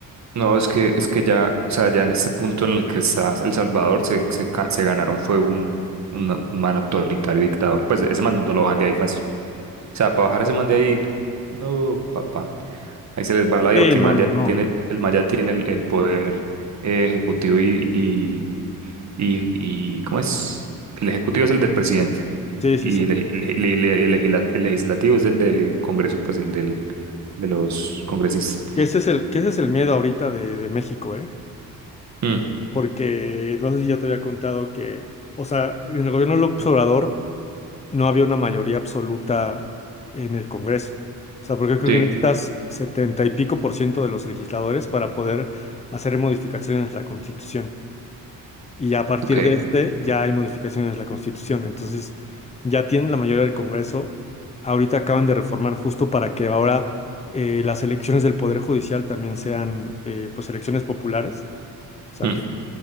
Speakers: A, on the right; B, on the left.
A: No, es que, es que ya, o sea, ya en este punto en el que está El Salvador, se, se, ca- se ganaron fue un, un man autoritario dictador. Pues ese man no lo van de ahí fácil. O sea, para bajar ese man de ahí, no, papá. Ahí se les va la vida
B: Sí,
A: porque
B: no,
A: el man
B: no,
A: ya
B: no.
A: tiene, el man ya tiene el, el poder eh, ejecutivo y, y y, y ¿cómo es? El ejecutivo es el del presidente
B: Sí, sí,
A: y
B: sí.
A: le- le- le- le- y el, legisla- el legislativo es el del Congreso, pues el del, de los congresistas.
B: Que ese es el, que ese es el miedo ahorita de, de México, ¿eh?
A: Mm,
B: Porque no sé si ya te había contado que, o sea, en el gobierno del Obrador no había una mayoría absoluta en el Congreso. O sea, porque creo
A: sí,
B: que necesitas setenta y pico por ciento de los legisladores para poder hacer modificaciones a la Constitución. Y ya a partir
A: ok.
B: de este ya hay modificaciones a la Constitución. Entonces, ya tienen la mayoría del Congreso. Ahorita acaban de reformar justo para que ahora eh, las elecciones del Poder Judicial también sean eh, pues elecciones populares. O sea
A: mm.
B: que